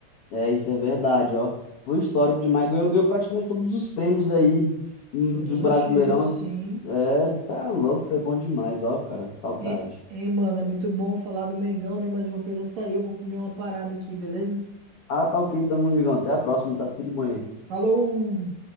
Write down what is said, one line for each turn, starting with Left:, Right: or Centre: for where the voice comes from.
Left: é, isso é verdade, ó. Foi histórico demais. Ganhou, ganhou praticamente todos os prêmios aí hum,
Right: Todos
Left: do Brasileirão.
Right: os títulos, sim.
Left: É, tá louco, foi bom demais, ó, cara. Saudade.
Right: E, e, mano, é muito bom falar do Mengão, né, mas eu vou precisar sair, eu vou comer uma parada aqui, beleza?
Left: Ah, tá ok, então, meu amigão. Até a próxima, tá tudo de bom aí.
Right: Falou!